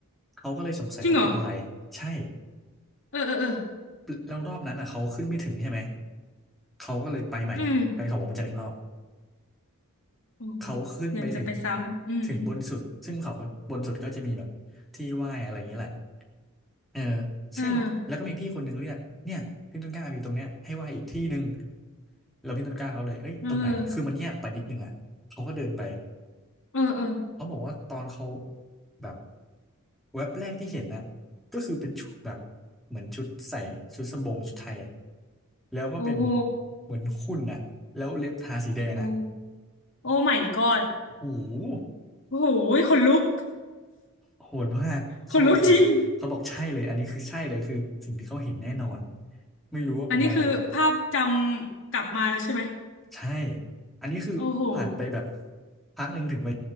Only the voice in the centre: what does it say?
เขาก็เลยสงสัยว่าเป็นอะไรใช่
แล้วรอบนั้นอ่ะเขาขึ้นไม่ถึงใช่ไหมเขาก็เลยไปใหม่ไปเขาวงพระจันทร์อีกรอบ
เขาขึ้นไปถึง
ถึงบนสุดซึ่งเขาบนบนสุดก็จะมีแบบที่ไหว้อะไรอย่างนี้แหละเออ
ซึ่งแล้วก็มีพี่คนหนึ่งเรียกเนี่ยพี่ต้นกล้ามีตรงเนี้ยให้ไหว้อีกที่หนึ่ง แล้วพี่ต้นกล้าเขาเลยเอ้ยตรงไหนคือมันแยกไปนิดนึงอ่ะเขาก็เดินไป
เขาบอกว่าตอนเขาแบบแว็บแรกที่เห็นน่ะก็คือเป็นชุดแบบเหมือนชุดใส่ชุดสบงชุดไทยอ่ะแล้วก็เป็น
เหมือนหุ่นอ่ะแล้วเล็บทาสีแดงอ่ะ
โอห
โหดมากเขาบอกโอ้โหเขาบอกใช่เลยอันนี้คือใช่เลยคือสิ่งที่เขาเห็นแน่นอน
ไม่รู้ว่าเป็นอะไรอ่ะ
ใช่ อันนี้คือผ่านไปแบบ
พักหนึ่งถึงไป